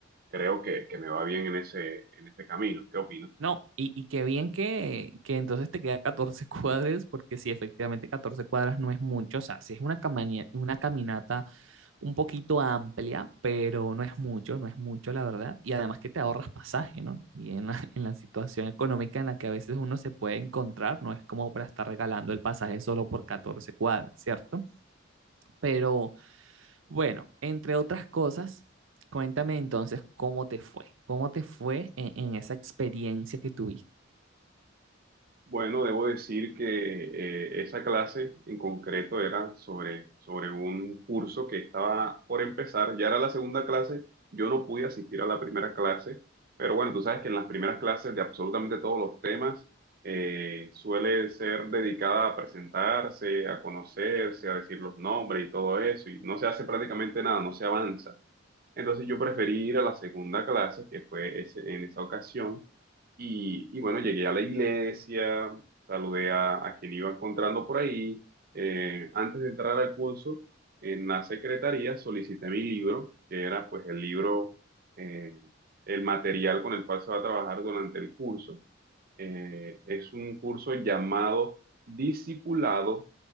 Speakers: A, on the right; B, on the right.
A: creo que, que me va bien en ese, en ese camino. ¿Qué opinas?
B: No, y, y qué bien que, que entonces te queda 14 <laughs> cuadras, porque sí, efectivamente 14 cuadras no es mucho, o sea, sí es una, camani- una caminata un poquito amplia, pero no es mucho, no es mucho, la verdad, y además que te ahorras pasaje, ¿no? Y en la, <laughs> en la situación económica en la que a veces uno se puede encontrar, no es como para estar regalando el pasaje solo por 14 cuadras, ¿cierto? Pero bueno, entre otras cosas, cuéntame entonces cómo te fue, cómo te fue en en esa experiencia que tuviste.
A: Bueno, debo decir que eh, esa clase en concreto era sobre, sobre un curso que estaba por empezar, ya era la segunda clase, yo no pude asistir a la primera clase, pero bueno, tú sabes que en las primeras clases de absolutamente todos los temas eh, suele ser dedicada a presentarse, a conocerse, a decir los nombres y todo eso, y no se hace prácticamente nada, no se avanza. Entonces yo preferí ir a la segunda clase, que fue ese- en esa ocasión, y, y bueno, llegué a la iglesia, saludé a, a quien iba encontrando por ahí. Eh, antes de entrar al curso, en la secretaría solicité mi libro, que era pues el libro, eh, el material con el cual se va a trabajar durante el curso. Eh, es un curso llamado Discipulado